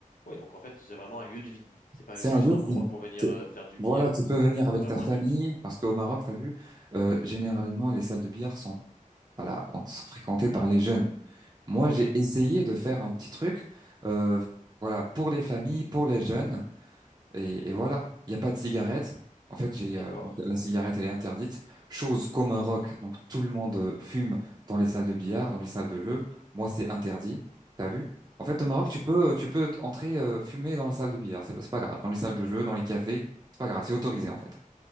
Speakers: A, on the left; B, on the right.
A: Oui, donc en fait, c'est vraiment un lieu de vie. C'est pas
B: C'est
A: juste
B: un lieu
A: un
B: de
A: endroit
B: vie.
A: pour venir
B: C'est-
A: euh, faire du
B: Voilà,
A: billard
B: tu
A: ou
B: peux
A: jouer,
B: venir avec
A: c'est vraiment
B: ta
A: un
B: famille,
A: lieu de vie.
B: parce qu'au Maroc, t'as vu, euh, généralement, les salles de billard sont, voilà, donc, sont fréquentées par les jeunes. Moi,
A: Ok,
B: j'ai essayé de faire un petit truc, euh, voilà, pour les familles, pour les jeunes. Et, et voilà, il n'y a pas de cigarette. En fait, j'ai
A: d'accord.
B: euh, donc la cigarette, elle est interdite. Chose comme un rock. Donc tout le monde euh, fume dans les salles de billard, dans les salles de jeu. Moi, c'est interdit. T'as vu? En fait, au Maroc,
A: Et c'est
B: tu peux, tu peux t- entrer euh, fumer dans la salle de billard. C'est pas, c'est pas grave. Dans les salles de jeu, dans les cafés, c'est pas grave. C'est autorisé en fait.